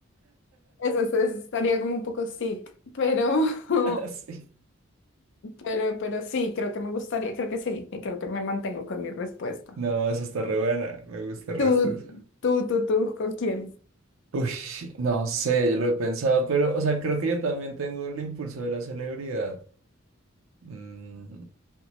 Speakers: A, on the left; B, on the right.
A: Eso, eso estaría como un poco sick, pero, <laughs>
B: <laughs> Sí.
A: pero, pero sí, creo que me gustaría, creo que sí, y creo que me mantengo con mi respuesta.
B: No, eso está re buena. Me gusta el
A: Tú,
B: resto de eso.
A: tú, tú, tú, ¿con quién?
B: Uy, no sé, yo lo he pensado, pero, o sea, creo que yo también tengo el impulso de la celebridad. Mm,